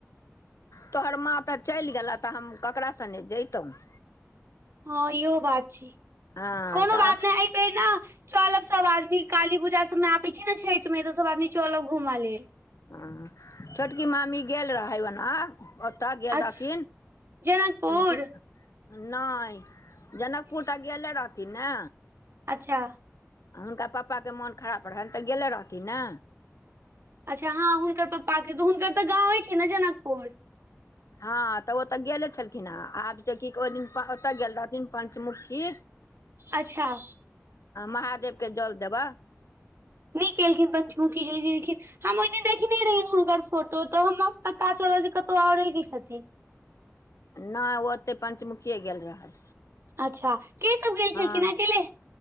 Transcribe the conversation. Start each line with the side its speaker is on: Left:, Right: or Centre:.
Left: तोहर मा तऽ चलि गेलह तऽ हम ककरास सङ्ग जैतहुँ
Right: हँ इहो बात छी
Left: हँ
Right: कोनो
Left: तऽ
Right: बात नहि आ फे ने चलब सब आदमी काली पूजा सब मे आबे छै ने छठि मे तऽ सब आदमी चलब घूमऽ लेल
Left: ह छोटकी मामी गेल रहै ओना ओतऽ गेल
Right: अच्छा
Left: रहथिन
Right: जनकपुर
Left: की नहि जनकपुर तऽ गेले रहथिन ने
Right: अच्छा
Left: हुनका पापाके मोन खराब रहनि तऽ गेले रहथिन ने
Right: अच्छा हँ हुनकर पप्पाके तऽ हुनकर तऽ गाँवे छै ने जनकपुर
Left: हँ तऽ ओ तऽ गेले छलखिन हे आब जे की ओहिन तऽ गेल रहथिन पं्चमुखी
Right: अच्छा
Left: महादेव के जल दबा
Right: नहि केलखिन पञ्चमूखी जल गेलेलखिन हम ओहि दिन देखने रहहि हुनकर फोटो तऽ हमरा पता चलल जे कतौ आओरे की छथिन
Left: नहि ओतेक पञ्चमुखिये गेल रहै
Right: अच्छा के सब गेल छलखिन
Left: हँ
Right: अकेले